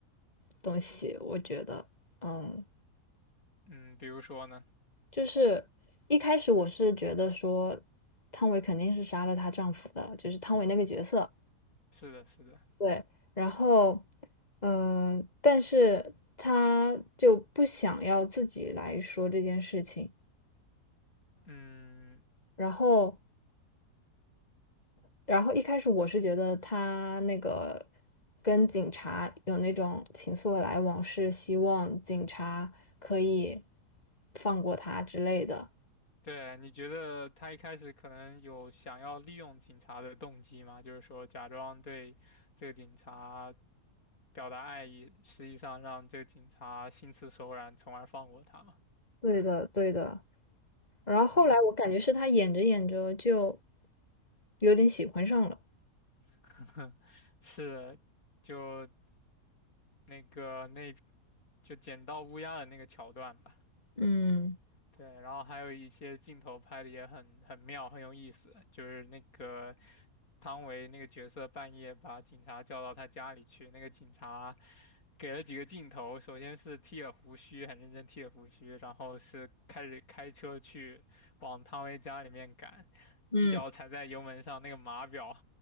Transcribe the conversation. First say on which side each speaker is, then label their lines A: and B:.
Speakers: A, on the left (about 25°); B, on the left (about 60°).
A: 东西，我觉得，嗯。
B: 嗯，比如说呢，
A: 就是一开始我是觉得说，汤唯肯定是杀了她丈夫的，就是汤唯那个角色。
B: 是的，是的，
A: 对，然后，嗯、但是她就不想要自己来说这件事情。
B: 嗯，
A: 然后，然后一开始我是觉得她那个跟警察有那种情愫的来往，是希望警察可以放过她之类的。
B: 对，你觉得他一开始可能有想要利用警察的动机吗？就是说假装对这个警察表达爱意，实际上让这个警察心慈手软，从而放过他嘛？
A: 对的，对的。然后后来我感觉是他演着演着就
B: 嗯，
A: 有点喜欢上了，
B: <laughs> 是，就。那个那就捡到乌鸦的那个桥段吧。
A: 嗯
B: 对，然后还有一些镜头拍的也很很妙，很有意思，就是那个汤唯那个角色半夜把警察叫到他家里去，那个警察给了几个镜头，首先是剃了胡须，很认真剃了胡须，然后是开始开车去往汤唯家里面赶，
A: 嗯，
B: 一脚踩在油门上，那个码表